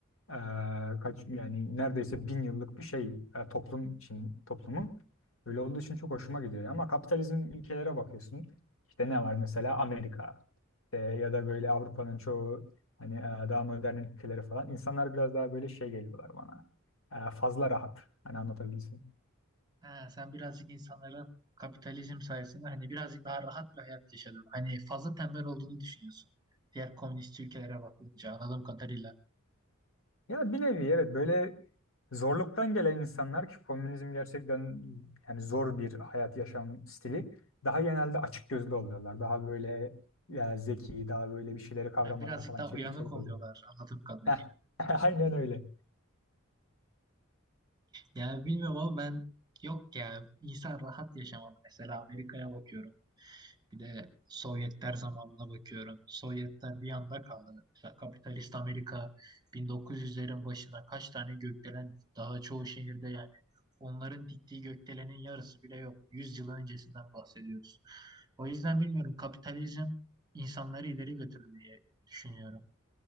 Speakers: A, on the left; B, on the right.
A: e, kaç yani neredeyse bin yıllık bir şey e, toplum için toplumu. Öyle olduğu için çok hoşuma gidiyor. Ama kapitalizm ülkelere bakıyorsun. İşte ne var mesela Amerika e, ya da böyle Avrupa'nın çoğu hani e, daha modern ülkeleri falan. İnsanlar biraz daha böyle şey geliyorlar bana. E, fazla rahat. Hani anlatabilsin.
B: Ha, sen birazcık insanların kapitalizm sayesinde hani birazcık daha rahat bir hayat yaşadın. Hani fazla tembel olduğunu düşünüyorsun. Diğer komünist ülkelere bakınca anladığım kadarıyla.
A: Ya bir nevi evet böyle Zorluktan gelen insanlar ki komünizm gerçekten yani zor bir hayat yaşam stili daha genelde açık gözlü oluyorlar. Daha böyle ya zeki, daha böyle bir şeyleri kavramada
B: Yani birazcık
A: falan
B: daha
A: çevik,
B: uyanık
A: çevik
B: oluyorlar
A: oluyor.
B: anladığım kadarıyla.
A: Heh, <laughs> aynen öyle.
B: Yani bilmiyorum ama ben yok ya insan rahat yaşamalı. Mesela Amerika'ya bakıyorum. Bir de Sovyetler zamanına bakıyorum. Sovyetler bir yanda kaldı. Mesela kapitalist Amerika 1900'lerin başında kaç tane gökdelen daha çoğu şehirde yani onların diktiği gökdelenin yarısı bile yok. 100 yıl öncesinden bahsediyoruz. O yüzden bilmiyorum kapitalizm insanları ileri götürür diye düşünüyorum.